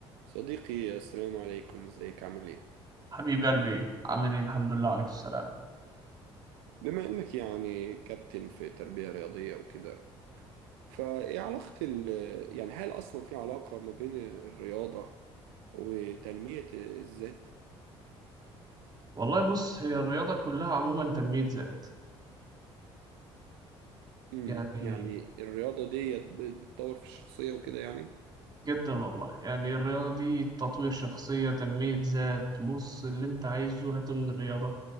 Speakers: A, on the right; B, on the right.
A: صديقي السلام عليكم ازيك عامل ايه؟
B: حبيب قلبي عامل ايه الحمد لله عليك السلام
A: بما انك يعني كابتن في تربية رياضية وكده فايه علاقة ال يعني هل اصلا في علاقة ما بين الرياضة وتنمية الذات؟
B: والله بص هي الرياضة كلها عموما تنمية ذات
A: امم
B: يعني
A: يعني الرياضة ديت بت- بتطور في الشخصية وكده يعني
B: جدا والله يعني الرياضة دي تطوير شخصية تنمية ذات بص اللي انت عايزه هاته من الرياضة